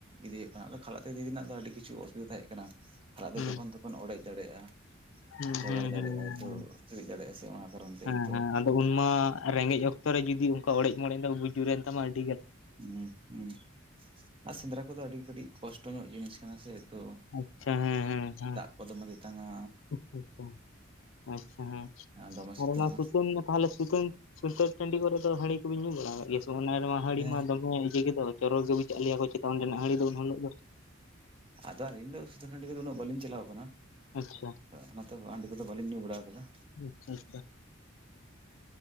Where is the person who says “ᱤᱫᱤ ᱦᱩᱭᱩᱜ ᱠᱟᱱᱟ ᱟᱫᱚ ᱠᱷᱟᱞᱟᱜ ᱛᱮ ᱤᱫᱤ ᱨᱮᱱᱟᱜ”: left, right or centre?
Right